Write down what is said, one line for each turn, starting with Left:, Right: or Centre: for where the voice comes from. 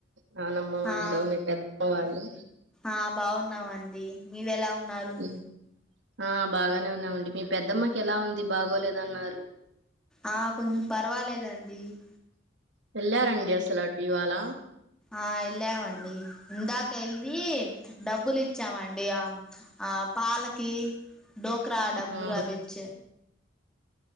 Right: నాన్నమ్మ వాళ్ళు,
Centre: ఆ
Right: మీ పెద్దమ్మ వాళ్ళు.
Centre: ఆ బాగున్నామండి మీది ఎలా ఉ నరుూ
Right: ఉమ్, ఆ బాగానే ఉన్నామండి మీ పెద్దమ్మకి ఎలా ఉంది? బాగోలేదన్నారు.
Centre: ఆ కొంచెం పర్వాలేదండి. అడి
Right: వెళ్ళారండి అసలు అటు ఇవాాల
Centre: ఆ వెళ్ళామండి ఇందాక వెళ్లి డబ్బులు ఇచ్చామండి ఆ ఆ పాలకి డోకరా డబ్బు
Right: ఉహు
Centre: వచ్చ